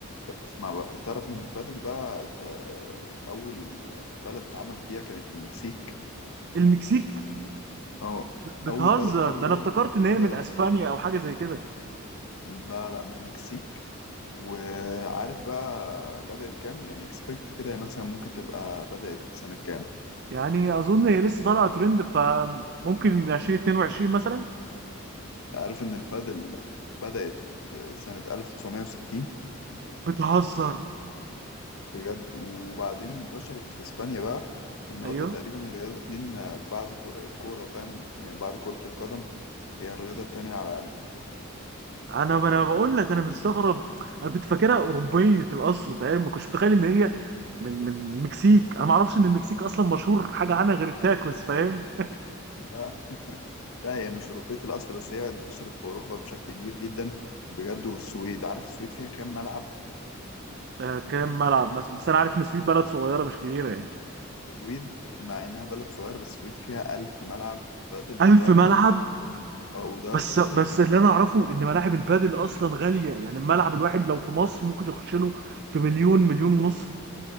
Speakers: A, on the left; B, on the right.
A: طب اسمع بقى تعرف إن البادل بقى آه، أول بلد اتعمل فيها كانت المكسيك
B: المكسيك
A: اه
B: بتهزر
A: اول بلد اول
B: ده
A: بلد
B: انا افتكرت ان هي
A: بدأت
B: من اسبانيا
A: مع
B: او حاجه زي كده
A: لا لا من المكسيك وعارف بقى بدأت كام يعني اكسبكت كده يعني مثلا ممكن تبقى بدأت سنة كام
B: يعني اظن هي لسه طالعه ترند فممكن 2022 مثلا
A: أنت عارف ان البادل بدأت آه، سنة 1960
B: بتهزر
A: بجد وبعدين انتشرت في اسبانيا بقى والنهارده
B: ايوه
A: تقريبا الرياضة اتنين آه، بعد كو- الكورة فاهم يعني بعد كرة القدم هي الرياضة التانية على
B: انا انا بقول لك انا مستغرب انا كنت فاكرها اوروبيه الاصل فاهم ما كنتش متخيل ان هي من من المكسيك انا ما اعرفش ان المكسيك اصلا مشهور حاجه عنها غير التاكوز فاهم
A: لا <laughs> لا هي مش أوروبية الأصل بس هي انتشرت في أوروبا بشكل كبير جدا بجد والسويد عارف السويد فيها كام ملعب؟
B: آه كام ملعب مثلا بس انا عارف ان السويد بلد صغيره مش كبيره يعني
A: السويد مع إنها بلد صغيرة بس السويد فيها ألف ملعب بدل
B: 1000
A: دلوقتي
B: ملعب
A: اه وده
B: بس
A: بجد
B: بس
A: رقم
B: اللي
A: ده
B: انا اعرفه ان ملاعب البادل اصلا غاليه يعني الملعب الواحد لو في مصر ممكن يخش له في مليون مليون ونص